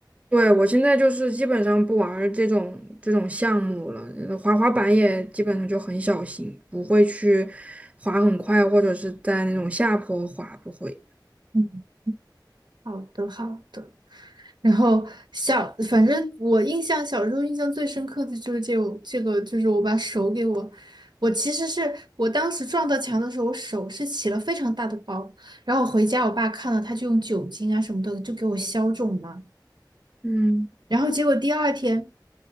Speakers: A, on the right; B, on the right.
A: 对，我现在就是基本上不玩儿这种这种项目了，呃滑滑板也基本上就很小心，不会去滑很快，或者是在那种下坡滑，不会。
B: 嗯。好的，好的。然后小，反正我印象小时候印象最深刻的就是这个这个，就是我把手给我，我其实是我当时撞到墙的时候，我手是起了非常大的包。然后我回家，我爸看了，他就用酒精啊什么的就给我消肿嘛。
A: 嗯。
B: 然后结果第二天，